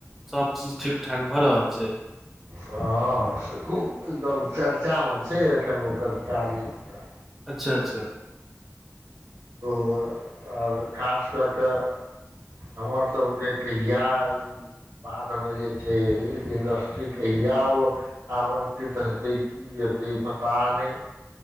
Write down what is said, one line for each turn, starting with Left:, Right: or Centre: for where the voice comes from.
Centre: सभ चीज ठीक ठाक भ रहल छै।
Right: ह से खूब एकदम चर्चामे छै एखन ओकर कार्य। पूरा
Centre: अच्छा अच्छा
Right: खूब ओर खास कऽ कऽ। हमर सभके कहिया। बाद मे जे छै इंडस्ट्री कहिया ओ आबंटित ह तै कीयतै पता नहि।